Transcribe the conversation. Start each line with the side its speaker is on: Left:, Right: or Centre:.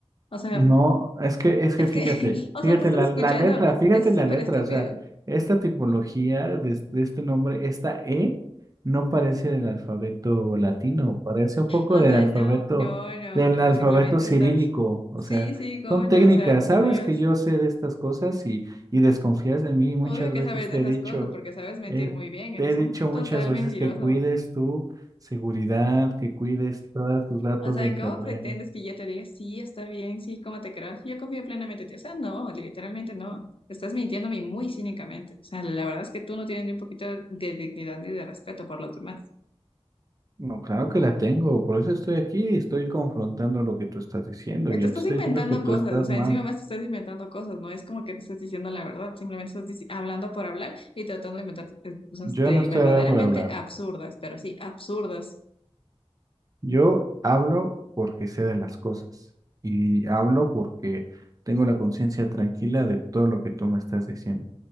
Left: O sea,
Right: No, es que, es
Left: es
Right: que fíjate,
Left: que, <laughs> o
Right: fíjate
Left: sea, te estás
Right: la, la
Left: escuchando,
Right: letra, fíjate
Left: es
Right: la
Left: súper
Right: letra,
Left: estúpido.
Right: o sea, esta tipología de, es- de este nombre, esta E, no parece del alfabeto latino, parece un poco
Left: O
Right: del
Left: sea,
Right: alfabeto,
Left: no, no, no,
Right: del
Left: no,
Right: alfabeto
Left: simplemente
Right: cirílico,
Left: estás,
Right: o
Left: sí,
Right: sea,
Left: sí, cómo
Right: son
Left: no,
Right: técnicas,
Left: o sea, por
Right: sabes
Left: Dios.
Right: que yo sé de estas cosas y, y desconfías de mí, y muchas
Left: Obvio que
Right: veces
Left: sabes
Right: te
Left: de esas
Right: he dicho.
Left: cosas porque sabes mentir
Right: Eh,
Left: muy bien, eres
Right: Te he dicho
Left: un
Right: muchas
Left: total
Right: veces
Left: mentiroso.
Right: que cuides tu seguridad, que cuides todos tus datos
Left: O sea,
Right: de internet.
Left: ¿cómo pretendes que yo te diga, sí, está bien, sí, cómo te creo? Yo confío plenamente en ti. O sea, no, literalmente no. Estás mintiéndome muy cínicamente. O sea, la verdad es que tú no tienes ni un poquito de dignidad ni de respeto por los demás.
Right: No, claro que la tengo, por eso estoy aquí, estoy confrontando lo que tú estás diciendo.
Left: Eh,
Right: Yo
Left: Te estás
Right: te estoy
Left: inventando
Right: diciendo que tú
Left: cosas,
Right: estás
Left: o sea,
Right: mal.
Left: encima más te estás inventando cosas, no es como que te estás diciendo la verdad, simplemente estás dici- hablando por hablar y tratando de inventar eh, cosas
Right: Yo
Left: de
Right: no estoy
Left: verdaderamente
Right: hablando por hablar.
Left: absurdas, pero sí, absurdas.
Right: Yo hablo porque sé de las cosas y hablo porque tengo la conciencia tranquila de todo lo que tú me estás diciendo.